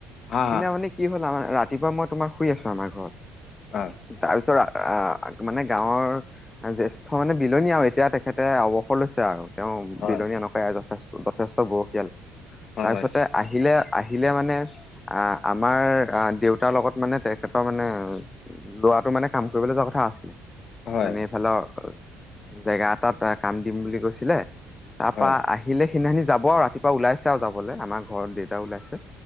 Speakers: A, on the left; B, on the left.
A: হা
B: সেইদিনাখনি কি হ'ল আৰ ৰাতিপুৱা মই তোমাৰ শুই আছো আমাৰ ঘৰত
A: হয়।
B: তাৰপিছত মানে গাঁৱৰ জেষ্ঠ্য মানে বিলনী আৰু এতিয়া তেখেতে অৱসৰ লৈছে আৰু তেওঁ
A: হয়
B: বিলনী নকৰে যথেষ্ট যথেষ্ট বয়সীয়াল তাৰপিছতে
A: হয় হয়
B: আহিলে, আহিলে মানে আহ, আমাৰ দেউতাৰ লগত মানে তেখেতৰ মানে ল'ৰাটো মানে কাম কৰিবলৈ যোৱা কথা আছিল
A: হয়
B: মানে এইফালৰ জেগা এটাত কাম দিম বুলি কৈছিলে তাৰপৰা
A: হয়
B: আহিলে সেইদিনাখিনি যাব আৰু ৰাতিপুৱা ওলাইছে আৰু যাবলৈ আমাৰ ঘৰত দেউতা ওলাইছে